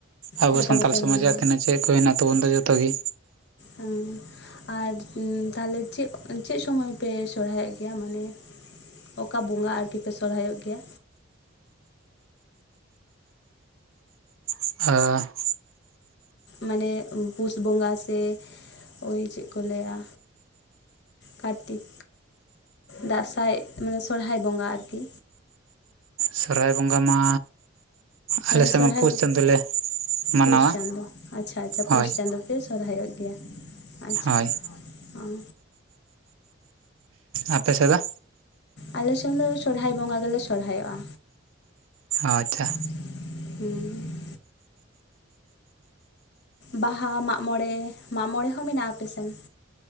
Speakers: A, on the right; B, on the left.
A: ᱟᱵᱚ
B: ᱡᱚᱛᱚ
A: ᱥᱟᱱᱛᱟᱞ
B: ᱜᱮᱯᱮ
A: ᱥᱚᱢᱟᱡᱽᱟᱜ
B: ᱢᱟᱱᱟᱣᱟ
A: ᱛᱤᱱᱟᱹᱜ ᱪᱮᱫ ᱠᱚ ᱦᱮᱱᱟᱜ ᱛᱟᱵᱚᱱ ᱫᱚ ᱡᱚᱛᱚᱤᱴ ᱜᱤ᱾
B: ᱚᱸᱻ ᱟᱨ ᱛᱟᱦᱚᱞᱮ ᱪᱮᱜ ᱪᱮᱜ ᱥᱚᱢᱚᱭ ᱯᱮ ᱥᱚᱨᱦᱟᱭᱚᱜ ᱜᱮᱭᱟ ᱢᱟᱱᱮ? ᱚᱠᱟ ᱵᱚᱸᱜᱟ ᱟᱨᱠᱤ ᱯᱮ ᱥᱚᱨᱦᱟᱭᱚᱜ ᱜᱮᱭᱟ
A: ᱦᱮ
B: ᱢᱟᱱᱮ ᱯᱩᱥ ᱵᱚᱸᱜᱟ ᱥᱮ ᱳᱭ ᱪᱮᱫ ᱠᱚ ᱞᱟᱹᱭ-ᱟ ᱠᱟᱨᱛᱤᱠ ᱫᱟᱸᱥᱟᱭ ᱢᱟᱱᱮ ᱥᱚᱨᱦᱟᱭ ᱵᱚᱸᱜᱟ ᱟᱨᱠᱤ
A: ᱥᱚᱨᱦᱟᱭ ᱵᱚᱸᱜᱟ ᱢᱟ ᱟᱞᱮ
B: ᱢᱟᱱᱮ
A: ᱥᱮᱫ
B: ᱥᱚᱨᱦᱟᱭ
A: ᱢᱟ ᱯᱩᱥ ᱪᱟᱸᱫᱳ ᱞᱮ ᱢᱟᱱᱟᱣᱟ
B: ᱯᱩᱥ ᱪᱟᱸᱫᱳ ᱟᱪᱪᱷᱟ ᱟᱪᱪᱷᱟ
A: ᱦᱳᱭ
B: ᱯᱩᱥ ᱪᱟᱸᱫᱳ ᱯᱮ ᱥᱚᱨᱦᱟᱭ ᱜᱮᱭᱟ ᱟᱪᱪᱷᱟ
A: ᱦᱳᱭ
B: ᱦᱚᱸ
A: ᱟᱯᱮ ᱥᱮᱫ ᱫᱚ?
B: ᱟᱞᱮ ᱥᱮᱱ ᱫᱚ ᱥᱚᱨᱦᱟᱭ ᱵᱚᱸᱜᱟ ᱜᱮᱞᱮ ᱥᱚᱨᱦᱟᱭᱚᱜᱼᱟ᱾
A: ᱟᱪᱪᱷᱟ
B: ᱦᱩᱸ ᱵᱟᱦᱟ ᱢᱟᱜᱽ ᱢᱚᱬᱮ ᱢᱟᱜᱽ ᱢᱚᱬᱮ ᱦᱚᱸ ᱢᱮᱱᱟᱜᱼᱟ ᱟᱯᱮ ᱥᱮᱱ?